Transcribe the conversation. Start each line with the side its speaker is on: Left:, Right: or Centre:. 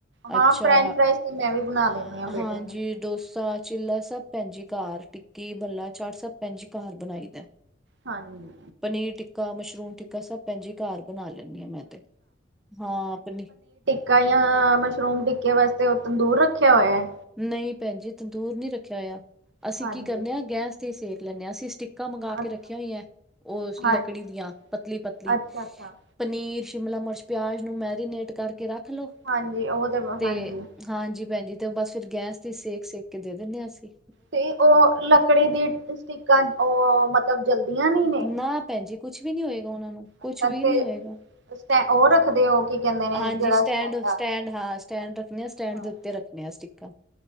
Right: ਹਾਂ
Centre: ਅੱਛਾ
Right: ਫਰੈਂਚ ਫਰਾਈਜ਼ ਤੇ ਮੈਂ ਵੀ ਬਣਾ ਦਿੰਦੀ
Centre: ਅ
Right: ਹਾਂ ਬੇਟੇ
Centre: ਹਾਂਜੀ
Right: ਨੂੰ
Centre: ਡੋਸਾ ਚਿੱਲਾ ਸਭ ਪੈਣ ਜੀ ਕਾਰ ਟਿੱਕੀ, ਭਲਾ, ਚਾਟ ਸਭ ਪੈਣ ਜੀ ਕਾਰ ਬਣਾਈ ਦਾ।
Right: ਹਾਂਜੀ।
Centre: ਪਨੀਰ ਟਿੱਕਾ, ਮਸ਼ਰੂਮ ਟਿੱਕਾ ਸਭ ਪੈਣ ਜੀ ਕਾਰ ਬਣਾ ਲੈਂਨੀ ਆ ਮੈਂ ਤੇ, ਹਾਂ। ਪਨੀਰ
Right: ਕਾਈਆਂ ਮਸ਼ਰੂਮ ਟਿੱਕੇ ਵਾਸਤੇ ਓਹ ਤੰਦੂਰ ਰੱਖਿਆ ਹੋਯਾ ਐ?
Centre: ਨਈ ਪੈਣ ਜੀ ਤੰਦੂਰ ਨੀ ਰੱਖਿਆ ਹੋਯਾ, ਅਸੀਂ
Right: ਹਾਂਜੀ
Centre: ਕੀ ਕਰਨੇ ਆ ਗੈਸ ਤੇ ਈ ਸੇਕ ਲੈਂਣੇ ਆ ਅਸੀਂ ਸਟਿਕ ਕਾਂ ਮੰਗਾ
Right: ਅੱਛਾ
Centre: ਕੇ ਰੱਖੀਆਂ ਹੋਇਆ ਏ ਓਸ
Right: ਹਾਂਜੀ
Centre: ਲੱਕੜੀ ਦੀਆਂ ਪਤਲੀ-ਪਤਲੀ
Right: ਅੱਛਾ ਅੱਛਾ
Centre: ਪਨੀਰ, ਸ਼ਿਮਲਾ ਮਿਰਚ, ਪਆਜ ਨੂੰ ਮੈਰੀਨੇਟ ਕਰਕੇ ਰੱਖ ਲੋ,
Right: ਹਾਂਜੀ ਉਹ
Centre: ਤੇ
Right: ਹਾਂਜੀ
Centre: ਹਾਂਜੀ ਪੈਣ ਜੀ ਤੇ ਬਸ ਫੇਰ ਗੈਸ ਤੇ ਸੇਕ-ਸੇਕ ਕੇ ਦੇ ਦਿੰਦੇ ਆ ਅਸੀ।
Right: ਤੇ ਓ ਲੱਕੜੀ ਦੀ ਸਟਿਕਾਂ ਓ ਮਤਲਬ ਜਲਦੀਆਂ ਨੀ? ਨੇ
Centre: ਨਾ ਪੈਣ ਜੀ ਕੁਛ ਵੀ ਨੀ ਹੋਏਗਾ ਓਨਾਂ ਨੂੰ, ਕੁਛ
Right: ਅੱਛਾ
Centre: ਵੀ
Right: ਤੇ
Centre: ਨੀ ਹੋਏਗਾ।
Right: ਸਟੈ ਉਹ ਰੱਖਦੇ ਹੋ ਕੀ ਕਹਿੰਦੇ ਨੇ
Centre: ਹਾਂਜੀ
Right: ਜਿਹੜਾ
Centre: ਸਟੈਂਡ,
Right: ਆਂਦਾ
Centre: ਸਟੈਂਡ ਹਾਂ ਸਟੈਂਡ ਰੱਖਣੇ ਆ ਸਟੈਂਡ
Right: ਹਾਂ
Centre: ਦੇ ਤੇ ਰੱਖਣੇ ਆ ਸਟਿੱਕਾਂ